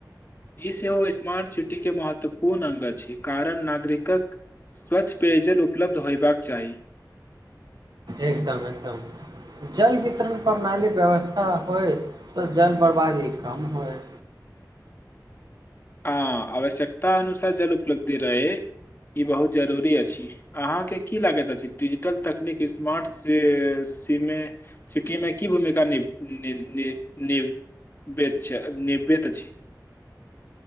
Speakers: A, on the left (about 30°); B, on the right (about 65°).
A: ई सेहो स्मार्ट सिटी के महत्वपूर्ण अ्ग अछि कारण नागरिकक स्वच्छ पेयजल उपलब्ध होयबाक चाही
B: एकदम एकदम जल वितरण प्रणाली व्यवस्था होइ त जल बर्बादी कम होइ
A: <inaudible> हँ आवश्यकता अनुसार जल उपलब्धि रहे ई बहुत जरुरी अछि अहाँके की लागैत अछि डिजिटल तकनीक स्मार्ट श सी मे सिटी मे की भूमिका निभ निभ निभ बेत छै निभबेत अछी